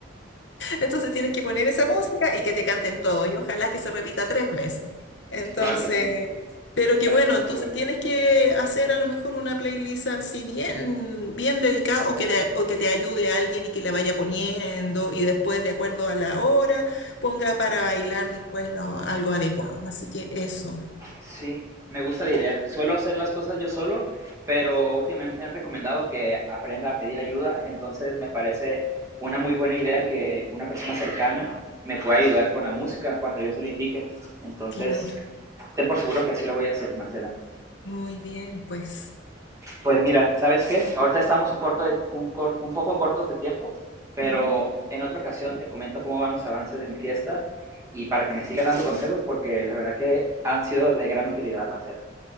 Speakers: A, on the left; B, on the right.
A: Entonces tienes que poner esa música y que te canten todo, y ojalá que se repita tres veces. Entonces,
B: Claro que sí.
A: pero
B: Me
A: que
B: parece
A: bueno,
B: una
A: entonces
B: muy buena
A: tienes
B: idea.
A: que hacer a lo mejor una playlist así bien, bien dedicada o que, de- o que te ayude a alguien y que la vaya poniendo y después, de acuerdo a la hora, ponga para bailar después lo- algo adecuado. Así que eso,
B: Sí, me gusta la idea. Suelo hacer las cosas yo solo, pero últimamente han recomendado que aprenda a pedir ayuda. Entonces, me parece una muy buena idea que una persona cercana me pueda ayudar con la música cuando yo se lo indique. Entonces,
A: claro,
B: Ten por seguro que así lo voy a hacer, Marcela.
A: muy bien, pues.
B: Pues mira, ¿sabes qué? Ahorita estamos un, corto de- un, cor- un poco cortos de tiempo, pero
A: Ujú.
B: en otra ocasión te comento cómo van los avances de mi fiesta y para que me siga dando consejos, porque la verdad que han sido de gran utilidad, Marcela.